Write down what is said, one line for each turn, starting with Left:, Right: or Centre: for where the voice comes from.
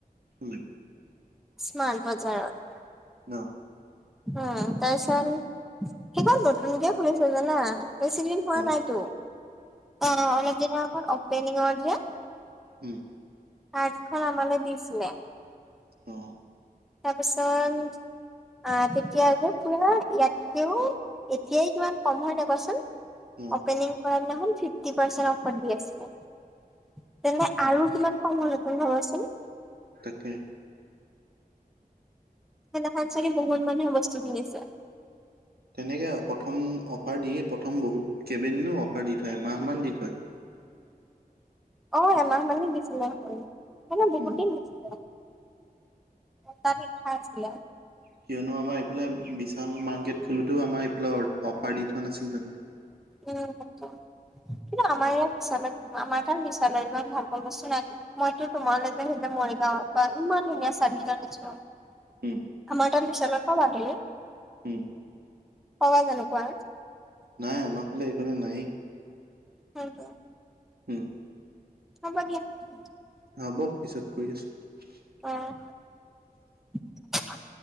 Right: উম
Centre: স্মাৰ্ট বজাৰত।
Right: অ'।
Centre: উম, তাৰছত সেইখন নতুনকে খুলিছে জানা বেছি দিন হোৱা
Right: অ
Centre: নাই কিন্ত, অ' অলপ দিনৰ আগত অপেনিংৰ যে
Right: উম
Centre: কাৰ্ডখন আমালৈ দিছিলে।
Right: অ
Centre: তাৰপিছত আহ তেতিয়া যে পুৰা ইয়াতকেও, এতিয়াই কিমান কম। হয় নে কোৱাচোন?
Right: অ
Centre: অপেনিং কৰা দিনাখন ফিফটি পাৰ্চেন্টে অফাৰ দি আছিলে। তেন্তে আৰু কিমান কাম হল তুমি ভাবাচোন।
Right: তাকে
Centre: সেইদিনাখন চাগে বহুত মানুহে বস্তু কিনিছে।
Right: তেনেকে প্ৰথম অফাৰ দিয়ে, প্ৰথম বহুত কেইবা দিনো অফাৰ দি থয় এমাহ মান দি থয়। <inaudible>
Centre: অ', এমাহ মানেই দিছিলে। অ নহয় বহুত
Right: উম
Centre: দিন দিছিলে। তাত লিখা আছিলে।
Right: কিয়নো আমাৰ এইফালে বিশাল মাৰ্কেট খোলোতেও আমাৰ এইফাল অফাৰ দি থোৱা নাছিল জানো।
Centre: উম, কিন্তু আমাৰ আৰু বিশালত আমাৰ তাৰ বিশালত ইমান ভাল পোৱা বস্তু নাই মইতো তোমালৈ যে সেই যে মৰিগাঁওত বা ইমান ধুনীয়া <unintelligible> চাৰ্টকেইটা দেখিছিলোঁ <unintelligible>
Right: উম
Centre: আমাৰ তাৰ বিশালৰ পৰা <unintelligible>
Right: উম <unintelligible>
Centre: চাবা কেনেকুৱা <unintelligible>
Right: নাই আমাৰফালে এইফালেই নাই <unintelligible>
Centre: হয়টো <unintelligible>
Right: হুম <unintelligible>
Centre: হব দিয়া <unintelligible>
Right: হ'ব পিছত কৰি আছোঁ <unintelligible>
Centre: আহ <unintelligible>